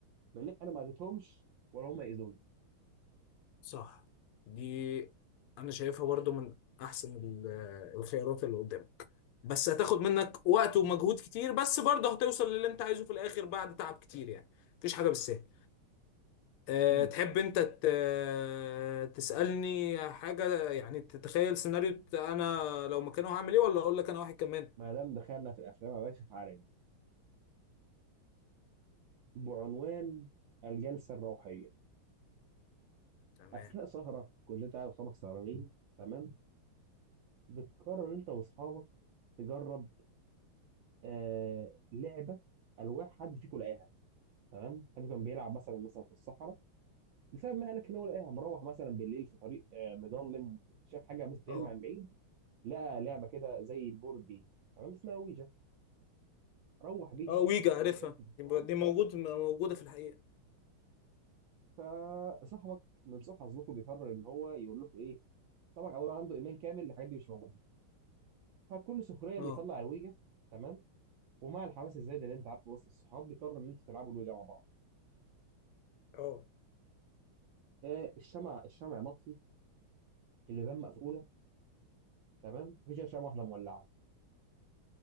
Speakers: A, on the right; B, on the left.
A: لان انا ما اذيتهمش ولا هم ياذوني
B: صح دي انا شايفها برضو من احسن ال- الخيارات اللي قدامك بس هتاخد منك وقت ومجهود كتير بس برضه هتوصل للي انت عايزه في الاخر بعد تعب كتير يعني مفيش حاجه بالسهل أه
A: مم.
B: تحب انت ت- آه، تسالني حاجه يعني تتخيل سيناريو بت- انا لو مكانه هعمل ايه ولا اقول لك انا واحد كمان
A: ما دام دخلنا في الافلام يا باشا تعالى بعنوان الجلسه الروحيه
B: تمام
A: اثناء سهره كلنا تعالى وصحابك سهرانين تمام بتقرر انت واصحابك تجرب آه لعبه الواح حد فيكم لقاها تمام حد كان بيلعب مثلا مثلا في الصحراء بسبب ما قالك ان هو لقاها مروح مثلا بالليل في طريق آه مظلم شاف حاجه بس تلمع
B: اه
A: من بعيد لقى لعبه كده زي البورد جيم تمام اسمها ويجا روح بيها
B: اه ويجا
A: وهو
B: عارفها
A: جاي في الصحراء
B: دي ب- دي موجود موجوده في الحقيقه
A: فصاحبك من سوء حظكم بيقرر ان هو يقول لكم ايه صاحبك اول عنده ايمان كامل الحاجات دي مش موجوده فبكل سخريه
B: اه
A: بيطلع الويجا تمام ومع الحماس الزايد اللي انت عارفه وسط الصحاب بيقرر ان انتوا تلعبوا الوجه مع بعض
B: اه
A: آه الشمع الشمع مطفي البيبان مقفوله تمام مفيش غير شمعه واحده مولعه